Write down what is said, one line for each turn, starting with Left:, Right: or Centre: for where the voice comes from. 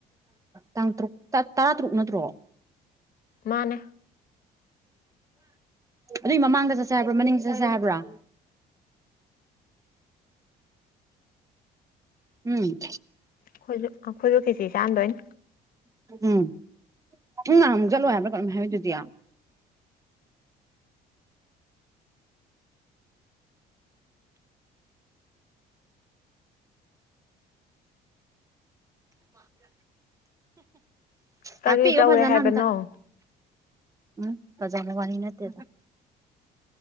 Right: ꯇꯥꯡ ꯇ꯭ꯔꯣꯛ ꯇꯔꯥ ꯇꯔꯨꯛ ꯅꯠꯇ꯭ꯔꯣ
Left: ꯃꯥꯅꯦ
Right: ꯑꯗꯨꯒꯤ ꯃꯃꯥꯡꯗ ꯆꯠꯁꯦ ꯍꯥꯏꯕ꯭ꯔꯣ ꯃꯅꯤꯡꯗ ꯆꯠꯁꯦ ꯍꯥꯏꯕ꯭ꯔꯣ ꯎꯝ
Left: ꯑꯩꯈꯣꯏꯁꯨ ꯑꯩꯈꯣꯏꯁꯨ ꯈꯦꯆꯤ ꯆꯥꯥꯟꯗꯣꯏꯅꯤ
Right: ꯎꯝ ꯎꯝ ꯅꯍꯥꯟꯃꯨꯛ ꯆꯠꯂꯣꯏ ꯍꯥꯏꯕ꯭ꯔꯥ ꯀꯩꯅꯣꯝ ꯍꯥꯏꯗꯨꯗꯤ
Left: ꯀꯔꯤ
Right: ꯇꯥꯛꯄꯤꯌꯨ
Left: ꯇꯧꯔꯦ
Right: ꯐꯖꯥꯅ
Left: ꯍꯥꯏꯕꯅꯣ
Right: ꯑꯝꯇ ꯎꯝ ꯐꯖꯕ ꯋꯥꯔꯤ ꯅꯠꯇꯦꯗ